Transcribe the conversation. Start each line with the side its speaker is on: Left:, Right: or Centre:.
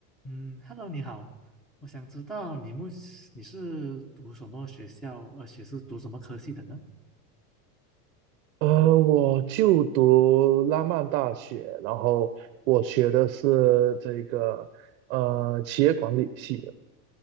Centre: 嗯，Hello，你好，我想知道你目你是读什么学校，而且是读什么科系的呢？
Right: 呃，我就读拉曼大学，然后我学的是这个呃企业管理系的，